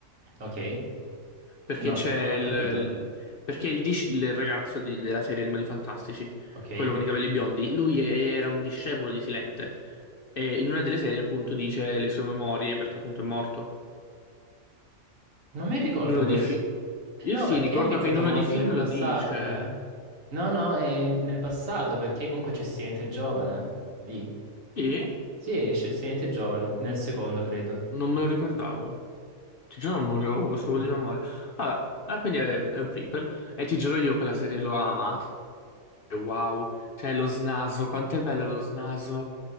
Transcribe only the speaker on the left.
Perché
c'è
il.
Perché il, dis- il ragazzo di- della serie Animali Fantastici,
quello con i capelli biondi, lui e- era un discepolo di Silente. E in una delle serie, appunto, dice le sue memorie perché, appunto, è morto.
In uno
dei film.
Io
sì,
ricordo
che in uno
dei film
lo dice.
E
non me lo ricordavo. Ti giuro, non me lo- avevo questo vuoto
di memoria. Vabbè, ah, quindi è, è un prequel. E ti giuro, io quella serie l'ho amata. Wow, cioè lo snaso, quanto è bello lo snaso.